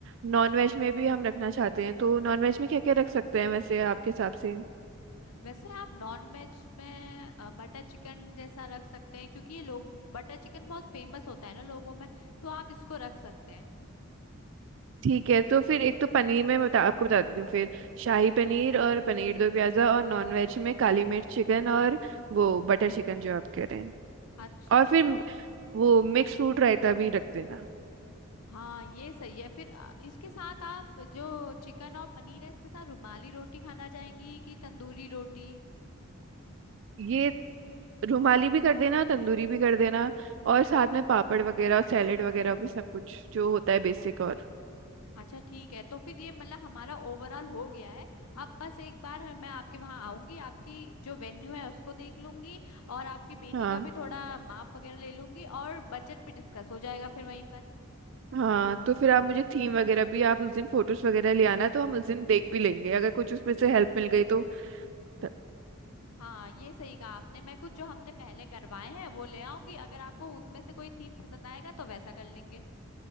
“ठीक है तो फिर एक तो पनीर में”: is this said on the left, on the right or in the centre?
Right